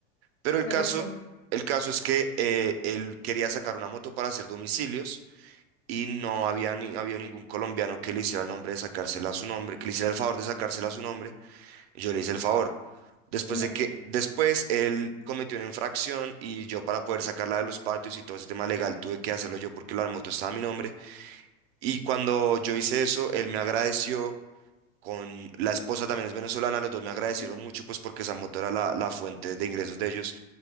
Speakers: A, on the right; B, on the left.
A: Pero el
B: Me
A: caso,
B: imagino.
A: el caso es que eh, él quería sacar una moto para hacer domicilios y no había ni, habido ningún colombiano que le hiciera el nombre de sacársela a su nombre, que le hiciera el favor de sacársela a su nombre. y yo le hice el favor. Después
B: Ujú,
A: de que, después él cometió una infracción y yo para poder sacarla de los patios y todo ese tema legal tuve que hacerlo yo porque la moto estaba a mi nombre. Y cuando yo hice eso, él me agradeció con la esposa también es venezolana, los dos me agradecieron
B: ujú,
A: mucho pues porque esa moto era la, la fuente de ingresos de ellos